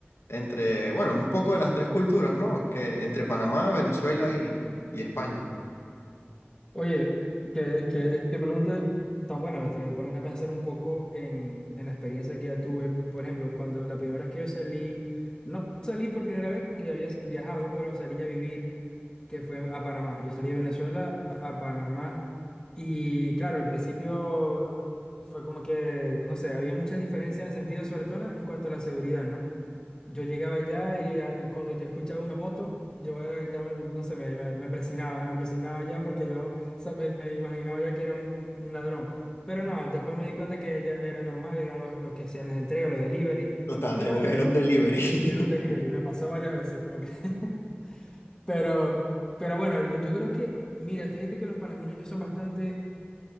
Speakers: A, on the left; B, on the left.
A: entre, bueno, un poco de las tres culturas, ¿no? Que entre Panamá, Venezuela y, y España.
B: Oye, qué, qué, qué pregunta tan buena, Beto, que te pone a pensar un poco en, en la experiencia que ya tuve. Por ejemplo, cuando la primera vez que yo salí, no salí por primera vez porque ya había viajado, pero salí ya a vivir, que fue a Panamá. Yo salí de Venezuela a Panamá y claro, al principio fue como que, no sé, había muchas diferencias en el sentido, sobre todo en cuanto a la seguridad, ¿no? Yo llegaba allá y ah, cuando yo escuchaba una moto, yo era, ya me- no sé, me, me, me presionaba, me presionaba ya porque yo, o sea, me, me imaginaba ya que era un, un ladrón. Pero no, después me di cuenta que ya era normal, eran los, los que hacían las entregas, los delivery.
A: Total,
B: Pero
A: era
B: bueno,
A: era un delivery. <laughs>
B: era un delivery, me pasó varias veces, como que. <laughs> Pero, pero bueno, yo creo que, mira, fíjate que los panameños son bastante